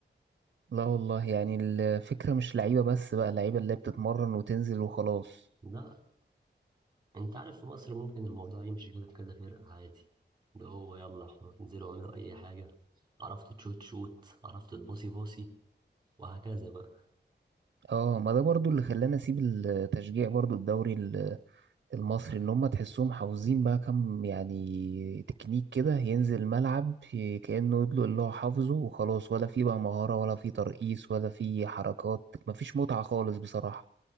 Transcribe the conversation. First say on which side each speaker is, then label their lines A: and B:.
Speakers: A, on the right; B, on the right.
A: لا والله يعني الفكره مش لعيبه بس بقى لعيبه اللي هي بتتمرن وتنزل وخلاص
B: لا أنت عارف في مصر ممكن الموضوع يمشي كده في كذا فرقة عادي اللي هو يلا خلاص انزلوا اعملوا أي حاجة عرفت تشوت شوت عرفت تباصي باصي وهكذا بقى
A: اه ما ده برضو اللي خلاني اسيب التشجيع برضو الدوري المصري اللي هم تحسهم حافظين بقى كم يعني تكنيك كده ينزل الملعب ي- كأنه يدلق اللي هو حافظه وخلاص ولا في بقى مهارة ولا في ترقيص ولا في حركات مفيش متعة خالص بصراحة